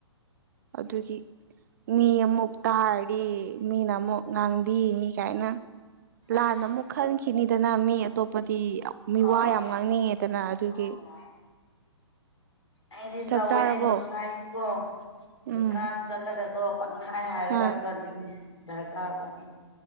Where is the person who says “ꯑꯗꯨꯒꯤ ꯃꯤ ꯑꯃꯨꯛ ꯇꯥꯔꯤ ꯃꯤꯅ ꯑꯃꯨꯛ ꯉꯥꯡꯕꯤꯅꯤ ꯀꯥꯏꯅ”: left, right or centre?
Right